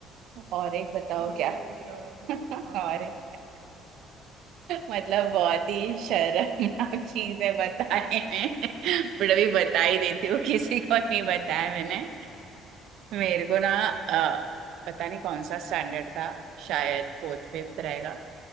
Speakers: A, on the right (about 60°); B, on the right (about 75°).
A: और एक बताओ
B: तुम बताओ
A: क्या
B: और कुछ याद है तो
A: <laughs>
B: हाँ बताओ
A: और एक मतलब बहुत ही शर्मनाक चीज है बताने में बट अभी बता ही देती हूँ किसी को नहीं बताया मैंने मेरे को ना अ, पता नहीं कौन सा स्टैंडर्ड था शायद फोर्थ फिफ्थ रहेगा